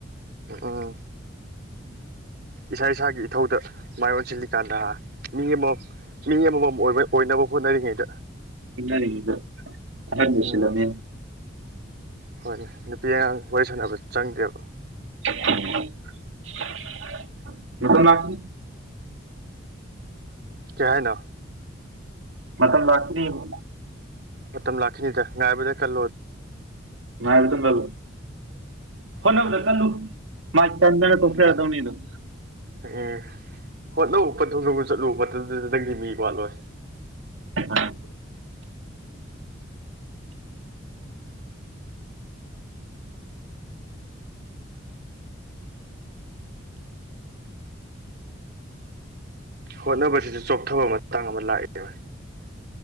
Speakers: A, on the right; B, on the right.
A: ꯎꯝ ꯏꯁꯥ ꯏꯁꯥꯒꯤ ꯏꯊꯧꯗ ꯃꯥꯏ ꯑꯣꯟꯁꯤꯜꯂꯤꯀꯥꯟꯗ ꯃꯤ ꯑꯃꯃꯝ ꯃꯤ ꯑꯃꯃꯝ ꯑꯃꯃꯝ ꯑꯣꯏꯅ ꯑꯣꯏꯅꯕ ꯍꯣꯠꯅꯔꯤꯉꯩꯗ
B: ꯃꯤꯅꯥꯏꯑꯣꯏꯔꯤꯉꯩꯗ ꯑꯉꯥꯡ
A: ꯎꯝ
B: ꯑꯣꯁꯤꯂꯝꯃꯦ
A: ꯍꯣꯏꯅꯦ ꯅꯨꯄꯤ ꯑꯉꯥꯡ ꯋꯥꯔꯤ ꯁꯥꯟꯅꯕ ꯆꯪꯗꯦꯕ
B: <unintelligible>
A: ꯀꯩ ꯍꯥꯏꯅꯣ
B: ꯃꯊꯪ ꯂꯛꯄꯔꯥ ꯌꯦꯡꯉꯣ
A: ꯃꯇꯝ ꯂꯥꯛꯈꯤꯅꯤꯗ ꯉꯥꯏꯕꯥꯇ ꯀꯜꯂꯣ
B: ꯉꯥꯏꯕꯇ ꯀꯜꯂꯣ ꯍꯣꯠꯅꯕꯗ
A: ꯎꯝ
B: ꯀꯜꯂꯨ <unintelligible>
A: ꯃꯥꯅꯦ
B: ꯑꯗꯨ
A: ꯎꯝ ꯍꯣꯠꯅꯧ ꯀꯊꯨꯡꯌꯧꯅ ꯆꯠꯂꯨ ꯃꯇꯝꯗꯨꯗ ꯅꯪꯗꯤ ꯃꯤ ꯋꯥꯠꯂꯣꯏ
B: <unintelligible>
A: ꯍꯣꯠꯅꯕꯁꯤꯁꯨ ꯆꯣꯛꯊꯕ ꯃꯇꯥꯡ ꯑꯃ ꯂꯥꯛꯑꯦ ꯕꯥꯏ